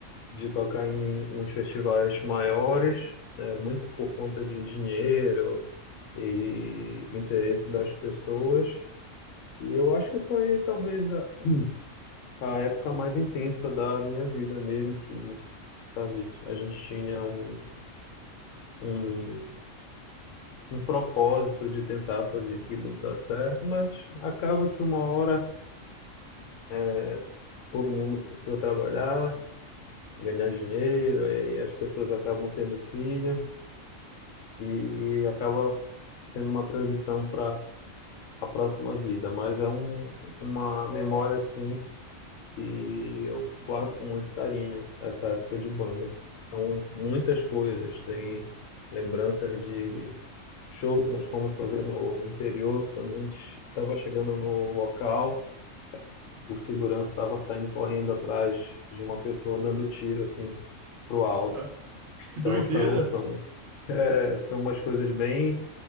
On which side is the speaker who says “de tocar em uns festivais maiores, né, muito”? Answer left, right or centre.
Left